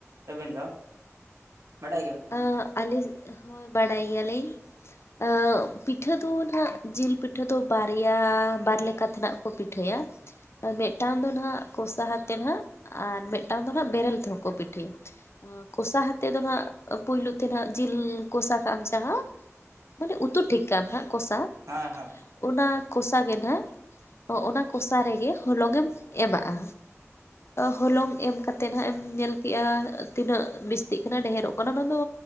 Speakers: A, on the right (about 85°); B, on the left (about 55°).
A: ᱟᱹᱵᱤᱱ ᱫᱚ ᱵᱟᱰᱟᱭ ᱜᱮᱭᱟᱢ?
B: ᱚ ᱟᱞᱤᱧ, ᱦᱳᱭ ᱵᱟᱰᱟᱭ ᱜᱮᱭᱟᱞᱤᱧ᱾ ᱟ ᱯᱤᱴᱷᱟᱹ ᱫᱚ ᱱᱟᱜ ᱡᱤᱞ ᱯᱤᱴᱷᱟᱹ ᱫᱚ ᱵᱟᱨᱭᱟ, ᱵᱟᱨ ᱞᱮᱠᱟ ᱛᱮᱱᱟᱜ ᱠᱚ ᱯᱤᱴᱷᱟᱹᱭᱟ᱾ ᱟᱨ ᱢᱮᱫᱴᱟᱝ ᱫᱚ ᱱᱟᱸᱜ ᱠᱚᱥᱟ ᱦᱟᱛᱮ ᱟᱨ ᱢᱮᱫᱴᱟᱝ ᱫᱚ ᱦᱟᱸᱜ ᱵᱮᱨᱮᱞ ᱛᱮᱦᱚᱸ ᱠᱚ ᱯᱤᱴᱷᱟᱹᱭᱟ᱾ ᱠᱚᱥᱟ ᱦᱟᱛᱮ ᱫᱚ ᱱᱟᱸᱜ ᱯᱩᱭᱞᱩ ᱛᱮ ᱱᱟᱜ ᱡᱤᱞ ᱠᱚᱥᱟ ᱠᱟᱜ ᱟᱢ ᱡᱟᱦᱟᱸ, ᱢᱟᱱᱮ ᱩᱛᱩ ᱴᱷᱤᱠ ᱠᱟᱜ ᱟᱢ ᱦᱟᱸᱜ ᱠᱚᱥᱟ,
A: ᱦᱟᱸ ᱦᱟᱸ
B: ᱚᱱᱟ ᱠᱚᱥᱟ ᱜᱮ ᱱᱟᱜ, ᱚᱱᱟ ᱠᱚᱥᱟ ᱨᱮᱜᱮ ᱦᱚᱞᱚᱝ ᱮᱢ ᱮᱢᱟᱜᱼᱟ᱾ ᱦᱚᱞᱚᱝ ᱮᱢ ᱠᱟᱛᱮᱜ ᱦᱟᱸᱜ ᱮᱢ ᱧᱮᱞ ᱠᱮᱜᱼᱟ, ᱛᱤᱱᱟᱹᱜ ᱵᱤᱥᱛᱤᱜ ᱠᱟᱱᱟ ᱰᱷᱮᱨᱚᱜ ᱚᱱᱟ ᱫᱚ ᱟᱢ ᱫᱚ